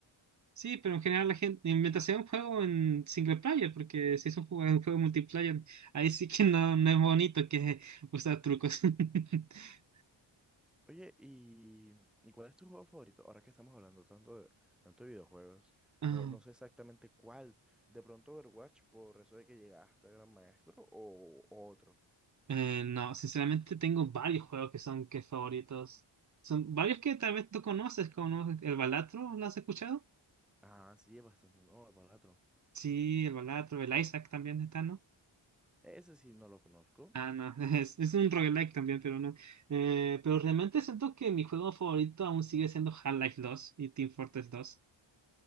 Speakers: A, on the right; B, in the centre.
A: Sí, pero en general la gente, mientras sea un juego en single player, porque si es un juego, un juego multiplayer, ahí sí que no, no es bonito que usar trucos. <laughs>
B: Oye, y, ¿y cuál es tu juego favorito? Ahora que estamos hablando tanto de, tanto de videojuegos,
A: Ah,
B: no, no sé exactamente cuál. f- De pronto Overwatch, por eso de que llegaste a Gran Maestro, o, o otro.
A: eh, no, sinceramente tengo varios juegos que son que favoritos. Son varios que tal vez tú conoces, como no, el Balatro, ¿lo has escuchado?
B: Ah, sí, es bastante nuevo el Balatro.
A: Sí, el Balatro, el Isaac también está, ¿no?
B: Ese sí no lo conozco.
A: Ah, no, <laughs> es, es un roguelike también, pero no. Eh, pero realmente siento que mi juego favorito aún sigue siendo Half-Life 2 y Team Fortress dos